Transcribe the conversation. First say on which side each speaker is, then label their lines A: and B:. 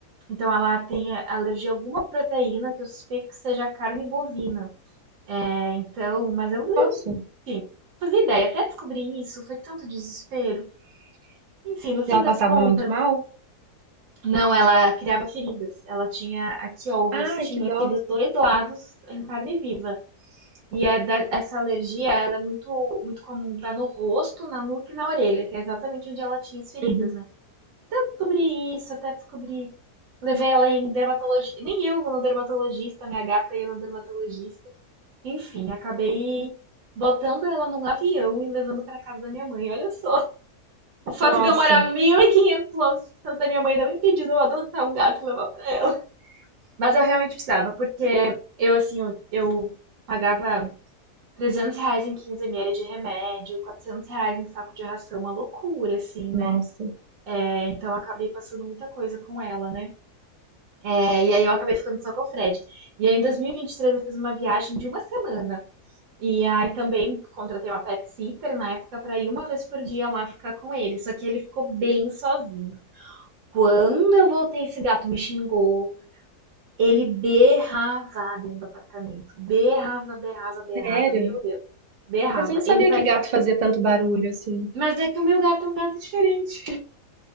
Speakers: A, on the right; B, on the right.
A: Então, ela tem alergia a alguma proteína que eu suspeito que seja carne bovina. É, então, mas eu,
B: Nossa,
A: enfim, não fazia ideia. Até descobrir isso, foi tanto desespero. Enfim, no
B: e
A: fim
B: ela
A: das
B: passava
A: contas,
B: muito mal?
A: Não, ela criava feridas. Ela tinha aqui, ó, o rostinho
B: Ai, que dó.
A: aqui dos dois lados em carne viva. E é da- essa alergia, ela é muito, muito comum, dá no rosto, na nuca e na orelha, que é exatamente onde ela tinha as feridas,
B: Uhum.
A: né? Descobri isso, até descobri. Levei ela em dermatologista. Nem eu vou no dermatologista, minha gata ia no dermatologista. Enfim, acabei botando ela num avião e levando pra casa da minha mãe. Olha só. O fato
B: Nossa,
A: de eu morar 1.500 quilômetros de distância da minha mãe não me impediu de eu adotar um gato e levar pra ela. Mas eu realmente precisava, porque eu, assim, eu, eu pagava 300 reais em 15 ml de remédio, 400 reais em saco de ração, uma loucura, assim, né?
B: nossa.
A: É, então eu acabei passando muita coisa com ela, né? É, e aí eu acabei ficando só com o Fred. E aí em 2023 eu fiz uma viagem de uma semana. E aí também contratei uma pet sitter na época pra ir uma vez por dia lá ficar com ele. Só que ele ficou bem sozinho. Quando eu voltei, esse gato me xingou, Ele berrava dentro do apartamento. Berrava, berrava, berrava.
B: Sério?
A: Meu Deus, berrava.
B: Mas eu não sabia
A: Ele parecia.
B: que gato fazia tanto barulho assim.
A: Mas é que o meu gato é um gato diferente.